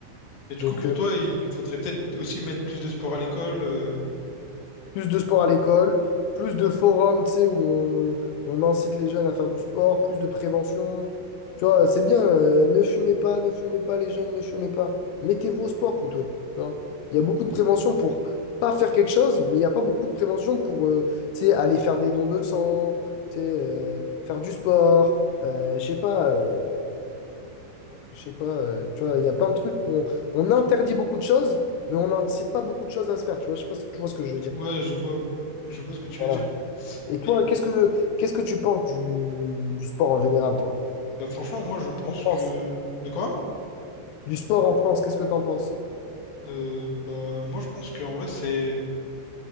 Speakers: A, on the left; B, on the left.
A: Et du
B: Donc,
A: coup, pour toi, il faudrait peut-être aussi mettre plus de sport à l'école. euh,
B: plus de sport à l'école, plus de forums, tu sais, où on, on incite les jeunes à faire du sport, plus de prévention. Tu vois, c'est bien, euh, ne fumez pas, ne fumez pas les jeunes, ne fumez pas. Mettez-vous au sport plutôt. Tu vois. Il y a beaucoup de prévention pour pas faire quelque chose, mais il n'y a pas beaucoup de prévention pour euh, tu sais, aller faire des dons de sang, tu sais, euh, faire du sport. euh, je sais pas, euh, je sais pas, euh, tu vois, il y a plein de trucs où on, on interdit beaucoup de choses, mais on n'incite pas beaucoup de choses à se faire, tu vois, je sais pas si tu vois ce que je veux dire.
A: Ouais, je vois, je vois ce que tu
B: Voilà.
A: veux dire.
B: Et toi,
A: Et
B: qu'est-ce que qu'est-ce que tu penses du, du sport en général, toi?
A: bah, franchement, moi, je pense que...
B: France,
A: De quoi?
B: Du sport en France, qu'est-ce que t'en penses?
A: Euh, bah, moi, je pense qu'en vrai, c'est...